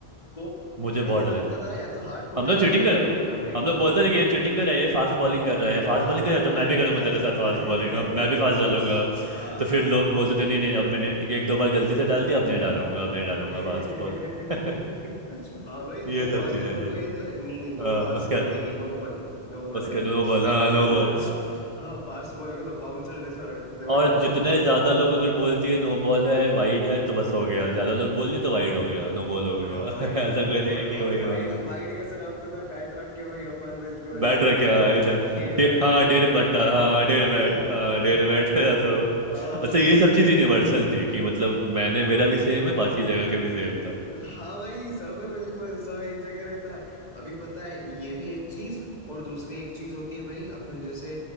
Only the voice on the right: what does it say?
मुझे बहुत
डर
हम लोग
चीटिंग
कर
हम लोग बोलते थे कि ये चीटिंग कर रहा है ये फास्ट बॉलिंग कर रहा है
फास्ट
बॉलिंग
कर रहा है
तो मैं
भी करूंगा
तेरे
साथ
फास्ट
बॉलिंग
अब मैं भी फास्ट डालूंगा अब
तो फिर
लोग बोलते
थे नहीं नहीं अब मैंने एक दो बार गलती से डाल दिया अब नहीं डालूंगा अब नहीं डालूंगा
फास्ट बॉल <laughs>
ये
सब
चीजें
थी
हाँ
उसके
उसके
नो बॉल हाँ नो
बॉल
और
जितने
ज्यादा लोग अगर बोल दिए नो बॉल है वाइड है तो बस हो गया ज्यादा लोग बोल दिए तो वाइड हो गया नो बॉल हो गया
<laughs>
ऐसा कोई नहीं
है
कि वही
होगा
बैट रखे
हाँ इधर
डे,
हाँ
डेढ़
बट्टा
हाँ
डेढ़ बैट हाँ डेढ़ बैट से ज्यादा हुआ
<laughs> अच्छा
ये सब चीज यूनिवर्सल थी कि मतलब मैंने मेरा भी सेम है बाकी जगह का भी सेम था